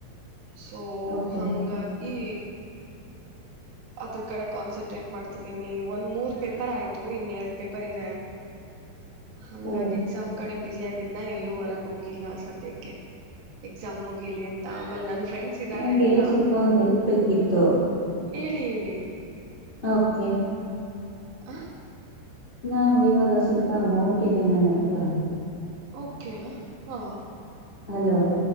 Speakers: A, on the right (about 75°); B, on the left (about 65°).
A: ಸೊ
B: ಓಕೆ
A: ಹಂಗಾಗಿ ಅದ್ರ ಕಡೆ ಕಾನ್ಸಂಟ್ರೇಟ್ ಮಾಡ್ತಿದ್ದೀನಿ ಒಂದ್ ಮೂರ್ ಪೇಪರ್ ಆಯ್ತು ಇನ್ನೆರಡು ಪೇಪರ್ ಇದೆ ಹಂಗಾಗಿ
B: ಓ
A: ಎಕ್ಸಾಮ್ ಕಡೆ ಬಿಸಿ ಆಗ ಇದನ್ನ ಎಲ್ಲೂ ಹೊರಗೆ ಹೋಗಿಲ್ಲ ಸದ್ಯಕ್ಕೆ ಎಕ್ಸಾಮ್ ಮುಗಿಲಿ ಅಂತ ಆಮೇಲೆ ನನ್ ಫ್ರೆಂಡ್ಸ್ ಇದ್ದಾರೆ
B: ನಂಗೆ
A: ಎಲ್ಲಾ
B: ಸ್ವಲ್ಪ ಒಂದ್ ಹೆಲ್ಪ್ ಬೇಕಿತ್ತು
A: ಹೇಳಿ ಹೇಳಿ
B: ಓಕೆ
A: ಆ
B: ನಾು ಇವಾಗ ಸ್ವಲ್ಪ ಅಮೌಂಟ್ ಇದೆ ನನ್ನ ಹತ್ರ
A: ಓಕೆ ಹಾ
B: ಹಲೋ